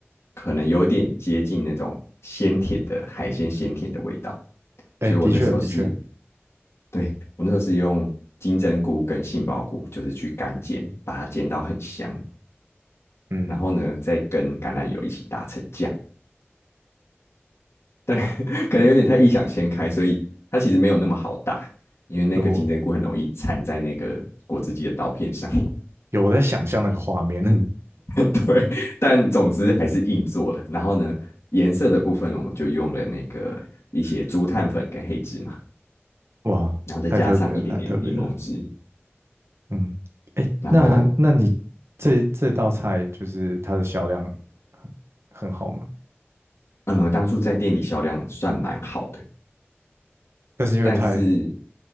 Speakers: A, on the left; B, on the right.
A: 可能有点接近那种鲜甜的海鲜鲜甜的味道，
B: 哎，
A: 所以我那时候是，
B: 的确的确，
A: 对，我那时候是用金针菇跟杏鲍菇，就是去干煎，把它煎到很香，
B: 嗯，
A: 然后呢再跟橄榄油一起打成酱。<laughs> 可能有点太异想天开，所以它其实没有那么好打，因为那个金针菇很容易缠在那个果汁机的刀片上。
B: 有有我在想象那个画面，
A: <laughs> 对，但总之还是硬做了。然后呢，颜色的部分我们就用了那个一些竹炭粉跟黑芝麻，
B: <laughs> 哇，
A: 然后再加上一点点柠檬汁。
B: 太特别了，太特别了。嗯，哎，
A: 然后，
B: 那那你这这道菜就是它的销量很很好吗？
A: 嗯，当初在店里销量算蛮好的，
B: 但是因为太
A: 但是